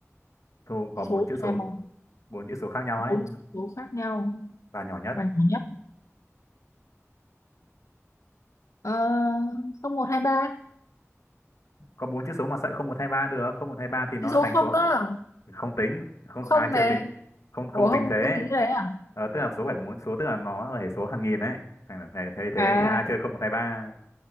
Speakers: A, on the left; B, on the left.
A: thu có
B: số
A: bốn chữ
B: nào
A: số bốn chữ số khác nhau
B: bốn
A: ấy
B: chữ số khác nhau
A: và nhỏ nhất
B: bằng nhỏ nhất ờ không một hai ba
A: có bốn chữ số mà sợi không một thay ba được không một thay ba thì nó
B: cái
A: là
B: số
A: thành
B: không
A: số
B: đó
A: ờ, không tính không
B: không
A: ai
B: nè
A: chơi tính không không
B: ủa không
A: tính thế
B: không tính cái đấy à
A: Ờ, tức là số phải có bốn chữ số tức là nó là hệ số hàng nghìn ấy thành phải thấy thế
B: à
A: chứ ai chơi không một thay ba